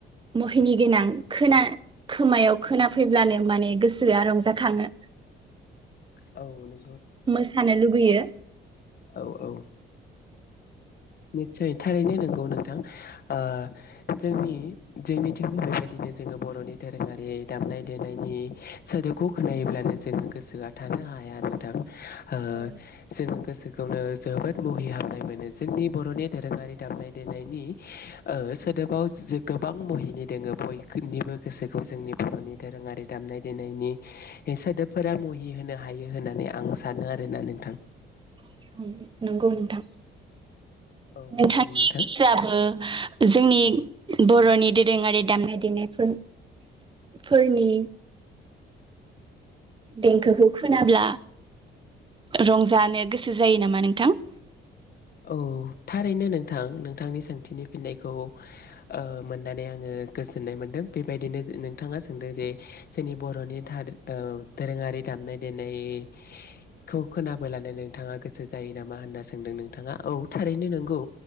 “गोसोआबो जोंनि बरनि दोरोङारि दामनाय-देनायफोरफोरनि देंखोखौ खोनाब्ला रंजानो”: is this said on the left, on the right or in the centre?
Right